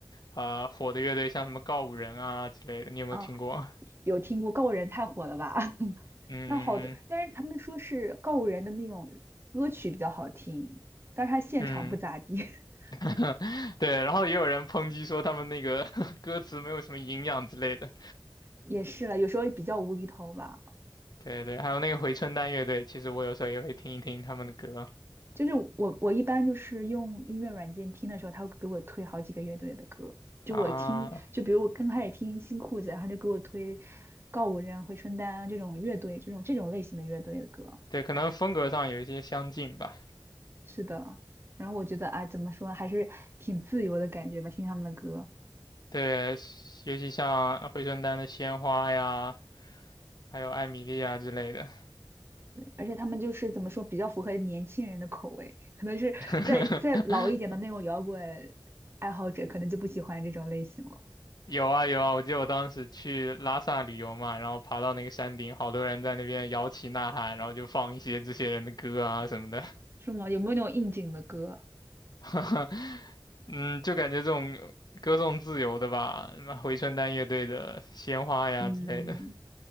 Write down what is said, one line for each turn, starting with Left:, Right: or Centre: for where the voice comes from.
Left: 呃火的乐队，像什么告五人啊之类的，你有没有听过？
Right: 啊，有听过《告人》太火了吧？<laughs>
Left: <laughs> 嗯
Right: 它好的，但是他们说是告五人的那种歌曲比较好听，但是他现场不咋地，
Left: 嗯，
Right: <laughs>
Left: <laughs> 对。然后也有人抨击说他们那个 <laughs> 歌词没有什么营养之类的。
Right: 也是了，有时候比较无厘头吧。
Left: 对对，还有那个回春丹乐队，其实我有时候也会听一听他们的歌
Right: 就是我我一般就是用音乐软件听的时候，他会给我推好几个乐队的歌，就我听，
Left: 啊。
Right: 就比如我刚开始听新裤子，然后他就给我推告五人、回春丹啊这种乐队，这种这种类型的乐队的歌。
Left: 对，可能风格上有一些相近吧。
Right: 是的，然后我觉得啊，怎么说，还是挺自由的感觉吧，听他们的歌。
Left: 对，尤其像回春丹的鲜花呀，还有艾米莉啊之类的。
Right: 而且他们就是怎么说，比较符合年轻人的口味，可能是再再老一点的那种摇滚爱好者，
Left: <laughs>
Right: 可能就不喜欢这种类型了。
Left: 有啊有啊，我记得我当时去拉萨旅游嘛，然后爬到那个山顶，好多人在那边摇旗呐喊，然后就放一些这些人的歌啊什么的。
Right: 是吗？有没有那种应景的歌？
Left: <laughs> 嗯，就感觉这种歌颂自由的吧，什么回春丹乐队的《鲜花》呀之类的。
Right: 嗯，